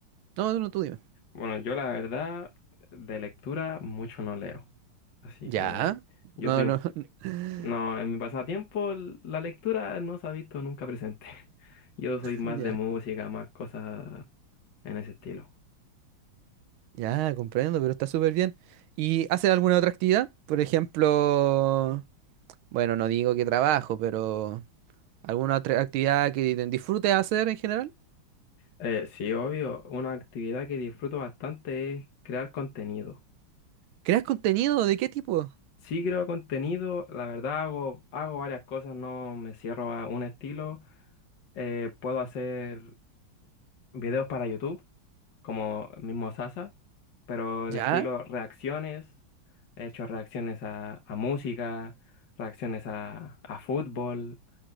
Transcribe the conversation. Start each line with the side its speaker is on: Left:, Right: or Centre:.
Right: No, no, tú dime.
Left: Bueno, yo la verdad, de lectura mucho no leo. Así
Right: Ya.
Left: que yo
Right: No,
Left: soy un
Right: no. <laughs>
Left: No, en mi pasatiempo l- la lectura no se ha visto nunca presente. <laughs> Yo soy más
Right: Ya,
Left: de música, más cosas en ese estilo.
Right: ya, comprendo, pero está súper bien. ¿Y haces alguna otra actividad? Por ejemplo... Bueno, no digo que trabajo, pero ¿alguna otra actividad que disfrutes hacer en general?
Left: Eh, sí, obvio, una actividad que disfruto bastante es crear contenido.
Right: ¿Creas contenido? ¿De qué tipo?
Left: Sí creo contenido, la verdad hago, hago varias cosas, no me cierro a un estilo. Eh, puedo hacer videos para YouTube. como el mismo Sasa, pero
Right: ¿Ya?
Left: de estilo reacciones. He hecho reacciones a, a música, reacciones a, a fútbol,